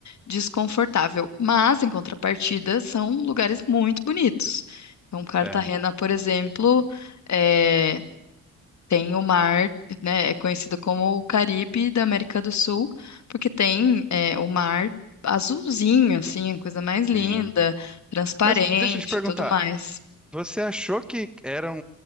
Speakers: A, on the left; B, in the centre.
A: desconfortável. Mas, em contrapartida, são lugares muito bonitos. Então, Cartagena,
B: É,
A: por exemplo, é, tem o mar, né? É conhecido como o Caribe da América do Sul, porque tem é, o mar azulzinho, assim, a coisa mais linda,
B: sim.
A: transparente,
B: Mas deixa eu te perguntar,
A: e tudo mais.
B: você achou que eram